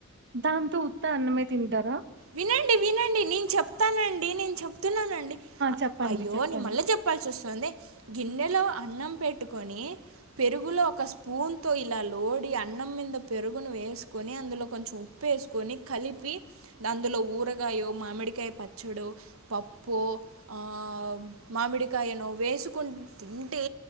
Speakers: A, on the right (about 55°); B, on the right (about 80°).
A: దాంతో ఉత్త అన్నమే తింటారు
B: వినండి వినండి నేను చెప్తానండి నేను చెప్తున్నానండి ఆ
A: చెప్పండి
B: అయ్యో
A: చెప్పండి
B: నీ మళ్ళీ చెప్పాల్సి వస్తుంది గిన్నెలో అన్నం పెట్టుకొని పెరుగులో ఒక స్పూన్ తో ఇలా లోడి అన్నం మీద పెరుగును వేసుకొని అందులో కొంచెం ఉ ఉప్పేసుకొని కలిపి అందులో ఊరగాయో మామిడికాయ పచ్చడో పప్పో ఆ మామిడికాయనో వేసుకుని తింటే